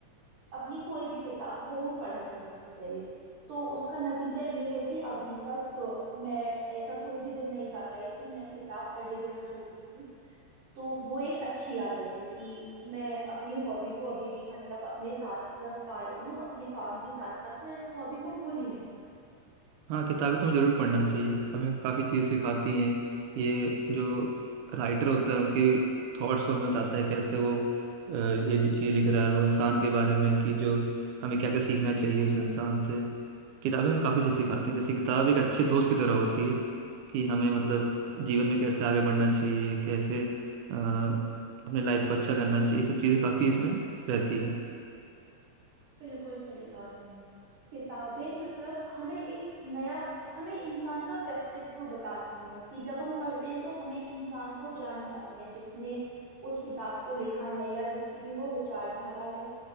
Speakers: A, on the right; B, on the right.
A: अपनी कोई भी किताब जरूर पढ़ा करती थी पहले तो उसका नतीजा ये है कि अभी तक अ, मैं ऐसा कोई भी दिन नहीं जाता है कि मैं किताब पढ़े बिना सोती हूँ तो वो एक अच्छी आदत है कि मैं अपनी हॉबी को अभी भी मतलब अपने साथ रख पा रही हूँ अपने काम के साथ साथ मैं हॉबी को भूली नहीं
B: हाँ किताबें तो हमें जरूर पढ़ना चाहिए हमें काफ़ी चीज़ सिखाती हैं ये जो राइटर होता है उनके थॉट्स को हमें बताता है कैसे वो अ, ये लि- चीज़ लिख रहा है वो इंसान के बारे में कि जो हमें क्या क्या सीखना चाहिए उस इंसान से किताबें हमें काफ़ी चीज़ सिखाती हैं जैसे किताब एक अच्छे दोस्त की तरह होती है कि हमें मतलब जीवन में कैसे आगे बढ़ना चाहिए कैसे अ, अपने लाइफ को अच्छा करना चाहिए ये सब चीज़ें काफ़ी इसमें रहती हैं
A: बिल्कुल सही कहा तुमने किताबें मतलब हमें एक नया हमें इंसान का व्यक्तित्व बताती हैं कि जब हम पढ़ते हैं तो हम एक इंसान को जान पाते हैं जिसने उस किताब को लिखा है या जिसकी भी वो विचारधारा है